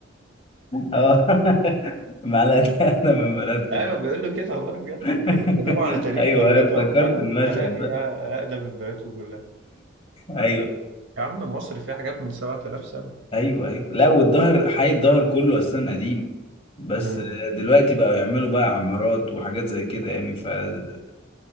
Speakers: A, on the left (about 30°); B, on the right (about 70°).
A: اه <laughs> معلقة انا من بلدكم
B: أيوة بيقولوا كده والله بجد
A: <laughs>
B: كانوا بيتكلموا على تاريخ
A: ايوه
B: أمريكا
A: أيوة، افتكرت
B: وبتاع بيقولوا
A: المشهد
B: المعلقة دي
A: ده
B: أقدم من بلدكم كلها
A: ايوه
B: يا عم مصر فيها حاجات من 7000 سنة
A: ايوه ايوه لا والظهر حي الظهر كله اصلا قديم بس
B: امم
A: دلوقتي بقوا يعملوا بقى عمارات وحاجات زي كده يعني فهو